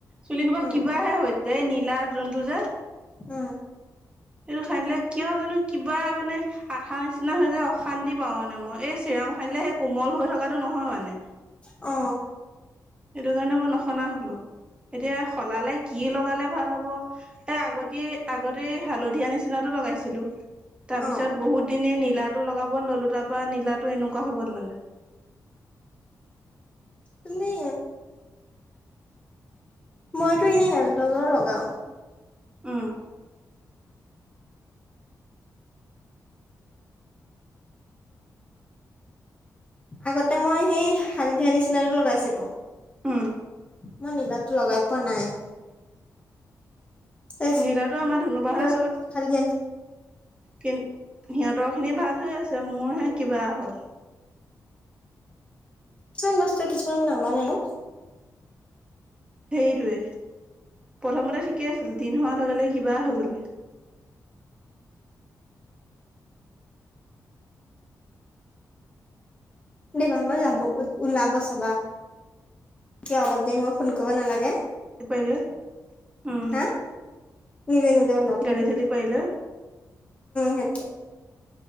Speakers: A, on the right (about 15°); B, on the left (about 20°).
A: চুলি সোপা
B: উম
A: কিবাহে হৈ যায় নীলা যোনটো যে।
B: উম।
A: সেইটো হানিলে কিয় জানো কিবা মানে আঠা নিচিনা হৈ যায় অশান্তি পাও মানে মই এই চিৰাম। <unintelligible> অ সানিলে সেই কোমল হৈ থকাটো নহয় মানে।
B: অ।
A: সেইটো কাৰণে মই নহনা হলো এতিয়া সলালে কি লগালে। ভাল হ'ব এ আগতে আগতে হালধীয়া নিচিনা টো লগাইছিলোঁ। তাৰ
B: অ
A: পিছত বহুত দিনে নীলাটো লগাব ললোঁ তাৰ পৰা নীলাটো এনেকুৱা। ক হবত ল'লে।
B: তুমি। মইতো এনেই এলডজাৰ লগাও।
A: উম।
B: আগতে মই সেই হালধীয়া নিচিনাটো লগাইছিলোঁ।
A: উম
B: মই নীলাটো লগাই পোৱা নাই। এচ
A: নীলাটো আমাৰ ধুনুবাহতে
B: তত খালি আমি।
A: কিন্তু সিহঁতৰ খিনি ভাল হৈ আছে মোৰহে কিবা হ'ল।
B: কিছুমান বছতো কিছুমানক নামানে ন।
A: সেইটোৱে প্ৰথমতে ঠিকে। ঠিকে আছিল দিন হোৱাৰ লগে লগে কিবা হৈ গ'লগে।
B: দেভাঙৰ যাব ওলাব চাবা। <unintelligible> তে অলপ দেৰি মই ফোন কৰিব নালাগে।
A: পাই উম।
B: হা নিজে নিজে ওলাব
A: গালি
B: উম
A: চালি পাৰিলে
B: সেইটো।